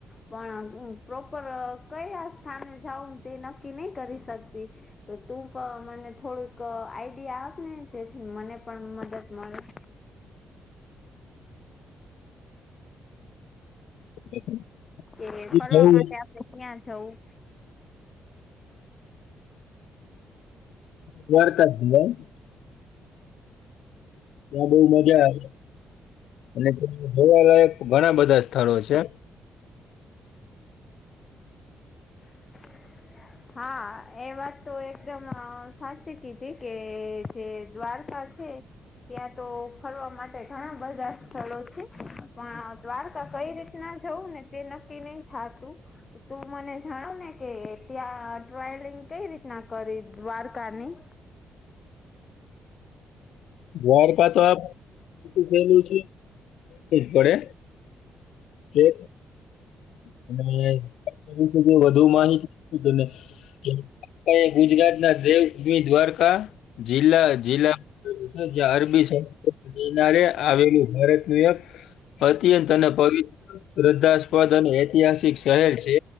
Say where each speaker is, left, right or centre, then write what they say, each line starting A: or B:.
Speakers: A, on the left; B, on the left.
A: પણ હું પ્રોપર કયા સ્થાને જાઉ તે નક્કી નહી કરી શકતી. તો તું પણ મને થોડુંક આઈડિયા આપ ને જેથી મને પણ મદદ મળે.
B: <inaudible>
A: કે
B: દ્વારકા
A: ફરવા માટે આપણે ક્યાં જવું
B: દ્વારકા <unintelligible> ત્યાં બહુ મજા આવે અને જોવાલાયક ઘણા બધા સ્થળો છે.
A: <inaudible> હા એ વાત તો એકદમ સાચી કીધી કે જે દ્વારકા છે ત્યાં તો ફરવા માટે ઘણા બધા સ્થળો છે પણ દ્વારકા કઈ રીતના જવું ને તે નક્કી નહી થતું તું મને જણાવ ને કે ત્યાં ટ્રાવલિંગ કઈ રીતના કરી દ્વારકાની
B: દ્વારકા તો <unintelligible> ટ્રેન નું જ પડે જો <unintelligible> વધુ માહિતી આપ <unintelligible> કે <unintelligible> ગુજરાત ના દેવભૂમિ દ્વારકા જિલ્લા જિલ્લા જે અરબી સમુદ્ર માં આવેલું ભારતીય અત્યંત અને પવિત શ્રદ્ધાસ્પદ અને ઐતિહાસિક શહેર છે